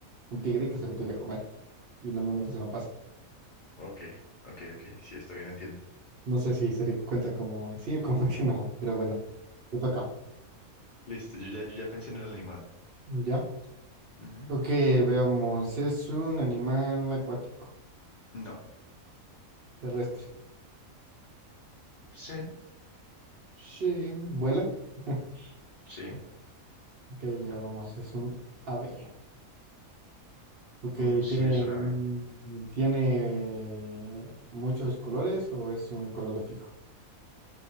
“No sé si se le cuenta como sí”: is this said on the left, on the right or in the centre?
Right